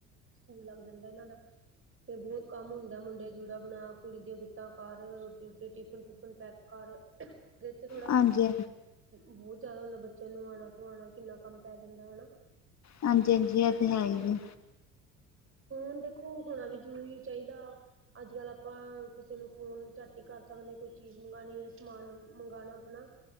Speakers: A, on the right; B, on the left.
A: ਸਕੂਲ ਲੱਗ ਜਾਂਦਾ ਏਨਾਂ ਦਾ। ਫੇਰ ਬੌਤ ਕੰਮ ਹੁੰਦਾ, ਮੁੰਡੇ ਜੂੜਾ ਬਨਾ, ਕੁੜੀ ਦੀਆਂ ਗੁੱਤਾਂ ਕਰ ਰੋਟੀ- ਰੁਟੀ ਟਿ ਟਿਫਨ -ਟੁਫਨ ਪੈਕ ਕਰ ਵਿੱਚ ਥੋੜਾ
B: ਹਾਂਜੀ
A: ਬੌਤ ਜਾਦਾ ਹੁੰਦਾ ਬੱਚੇਆਂ ਨੂੰ ਨਵਾਣਾਂ- ਤਵਾਣਾ ਕਿੰਨਾ ਕੰਮ ਪੈ ਜਾਂਦਾ, ਹਨਾ।
B: ਹਾਂਜੀ -ਹਾਂਜੀ ਏ ਤੇ ਹੈ ਈ ਐ।
A: ਫੋਨ ਦੇਖੋ ਹੋਨਾ ਵੀ ਜਰੂਰੀ ਚਾਈਦਾ ਅੱਜ- ਕੱਲ ਆਪਾਂ ਕਿਸੇ ਨੂੰ ਫੋਨ ਝੱਟ ਈ ਕਰ ਸਕਨੇ ਕੋਈ ਚੀਜ਼ ਮੰਗਾਣੀ ਏ ਸਮਾਨ ਮੰਗਾਣਾ ਹਨਾ